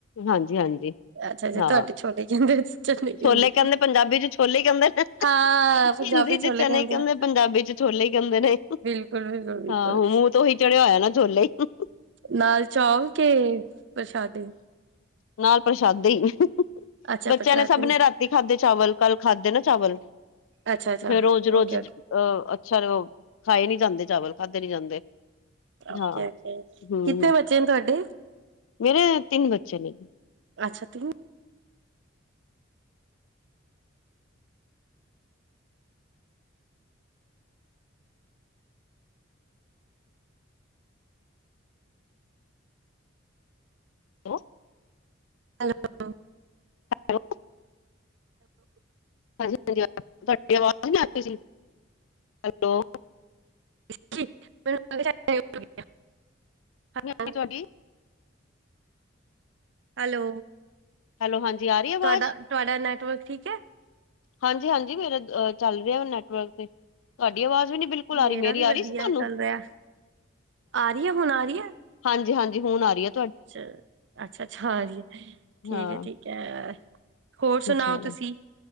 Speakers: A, on the left; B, on the right.
A: ਹਾਂਜੀ, ਹਾਂਜੀ
B: ਅੱਛਾ ਅੱਛਾ
A: ਹਾਂ,
B: ਤੁਹਾਡੇ ਛੋਲੇ ਕਹਿੰਦੇ ਚਨੇ ਕਹਿੰਦੇ
A: ਛੋਲੇ ਕੇਂਦੇ ਪੰਜਾਬੀ ਚ ਛੋਲੇ ਈ ਕੇਂਦੇ ਨੇ ਹਿੰਦੀ
B: ਹਾਂ ਪੰਜਾਬੀ
A: ਚ
B: ਛੋਲੇ
A: ਚਨੇ
B: ਕਹਿੰਦੇ
A: ਕੇਂਦੇ
B: ਆ
A: ਪੰਜਾਬੀ ਚ ਛੋਲੇ ਈ ਕੇਂਦੇ ਨੇ,
B: ਬਿਲਕੁਲ ਬਿਲਕੁਲ ਬਿਲਕੁਲ
A: ਹਾਂ ਮੂੰਹ ਤੇ ਉਹੀ ਚੜਿਆ ਹੋਇਆ ਨਾ ਛੋਲੇ ਈ
B: ਨਾਲ ਚੌਲ ਕੇ ਪ੍ਰਸ਼ਾਦੇ?
A: ਨਾਲ ਪ੍ਰਸ਼ਾਦੇ ਈ,
B: ਅੱਛਾ
A: ਬੱਚਿਆਂ
B: ਪ੍ਰਸ਼ਾਦੇ
A: ਨੇ ਸਭ ਨੇ ਰਾਤੀ ਖਾਧੇ ਚਾਵਲ ਕੱਲ ਖਾਧੇ ਨਾ ਚਾਵਲ,
B: ਅੱਛਾ ਅੱਛਾ
A: ਫੇਰ ਰੋਜ਼-ਰੋਜ਼
B: ਓਕੇ ਓਕੇ
A: ਅ ਅੱਛਾ ਖਾਏ ਨੀ ਜਾਂਦੇ ਚਾਵਲ ਖਾਧੇ ਨੀ ਜਾਂਦੇ
B: ਓਕੇ,
A: ਹਾਂ ਹਮ
B: ਕੀਤੇ
A: ਹਮ
B: ਬੱਚੇ ਨੇ ਤੁਆਡੇ?
A: ਮੇਰੇ ਤਿੰਨ ਬੱਚੇ ਨੇ।
B: ਅੱਛਾ, ਤਿੰ
A: <inaudible>
B: ਤਿੰਨ
A: ਹੈਲੋ, ਹਾਂਜੀ-ਹਾਂਜੀ ਆ ਤੁਆਡੀ ਆਵਾਜ਼ ਨੀ ਆ ਰੀ ਸੀ, ਹੈਲੋ
B: <inaudible> ਹੈਲੋ,
A: ਨੀ <unintelligible> ਤੁਆਡੀ
B: ਹੈਲੋ,
A: ਹੈਲੋ ਹਾਂਜੀ ਆ ਰਹੀ ਆਵਾਜ਼
B: ਤੁਆਡਾ-ਤੁਆਡਾ ਨੈਟਵਰਕ ਠੀਕ ਏ?
A: ਹਾਂਜੀ-ਹਾਂਜੀ ਮੇਰਾ ਅ ਚੱਲ ਰਿਆ ਨੈਟਵਰਕ ਤੇ ਤੁਆਡੀ ਆਵਾਜ਼ ਵੀ ਨੀ ਬਿਲਕੁਲ ਆ
B: ਮੇਰਾ
A: ਰੀ, ਮੇਰੀ
B: ਵੀ
A: ਆ
B: ਵਧੀਆ
A: ਰਈ ਸੀ ਤੁਆਨੂੰ?
B: ਚੱਲ ਰਿਹਾ। ਆ ਰੀ ਏ, ਹੁਣ ਆ ਰੀ ਏ?
A: ਹਾਂਜੀ, ਹਾਂਜੀ ਹੁਣ ਆ ਰੀ ਏ।
B: ਚ ਅੱਛਾ ਅੱਛਾ ਆ ਰੀ ਐ, ਠੀਕ
A: ਹਾਂ
B: ਐ ਠੀਕ ਐ। ਹੋਰ ਸੁਣਾਓ
A: ਚਲੋ
B: ਤੁਸੀਂ?